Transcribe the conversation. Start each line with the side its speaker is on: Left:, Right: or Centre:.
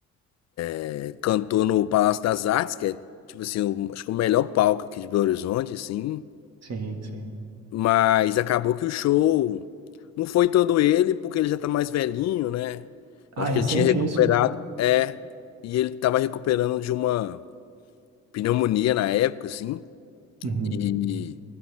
Left: é, cantou no Palácio das Artes, que é tipo assim, o- acho que o melhor palco aqui de Belo Horizonte, assim,
Right: Sim, sim.
Left: mas acabou que o show não foi todo ele, porque ele já tá mais velhinho, né? Eu
Right: Ah,
Left: acho
Right: é
Left: que
Right: recente
Left: ele tinha recuperado,
Right: isso, cara?
Left: é, e ele tava recuperando de uma pneumonia na época, assim,
Right: Uhum,
Left: E,